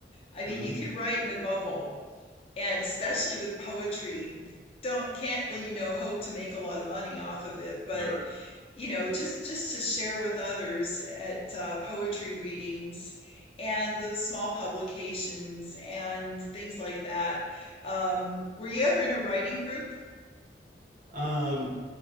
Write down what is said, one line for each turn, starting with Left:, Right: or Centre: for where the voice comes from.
Left: I
Right: mhm,
Left: mean, you could write in a bubble, and especially with poetry, don't can't you know hope to make a lot of money off of it, but
Right: never.
Left: you know just just to share with others at uh, poetry readings and the small publications and things like that. Um, were you ever in a writing group?
Right: Um,